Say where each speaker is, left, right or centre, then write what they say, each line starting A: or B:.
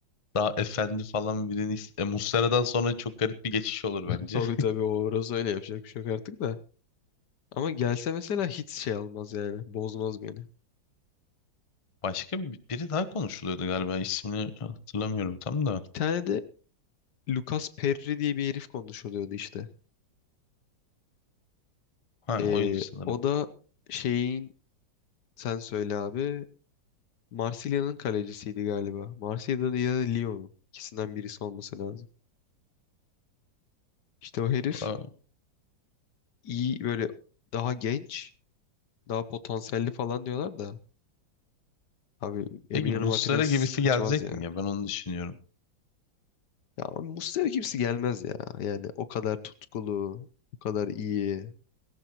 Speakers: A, on the left; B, on the left.
A: daha efendi falan birini... is- E, Muslera'dan sonra çok garip bir geçiş olur
B: <laughs>
A: bence.
B: Tabii tabii o orası öyle yapacak bir şey yok artık da. Ama gelse mesela hiç şey almaz yani. Bozmaz beni.
A: Başka bir- biri daha konuşuluyordu galiba ismini hatırlamıyorum tam da.
B: Bir tane de Lucas Perri diye bir herif konuşuluyordu işte.
A: Ha
B: Ee,
A: oydu sanırım.
B: o da şeyin sen söyle abi Marsilya'nın kalecisiydi galiba. Marsilya'da da ya da Lyon'un ikisinden birisi olması lazım. İşte o herif
A: Aa,
B: iyi böyle daha genç daha potansiyelli falan diyorlar da abi
A: peki
B: Emiliano
A: Muslera
B: Martinez
A: gibisi
B: kaçmaz
A: gelecek
B: ya.
A: mi ya? Ben onu düşünüyorum.
B: Ya Muslera kimse gelmez ya. Yani o kadar tutkulu, o kadar iyi.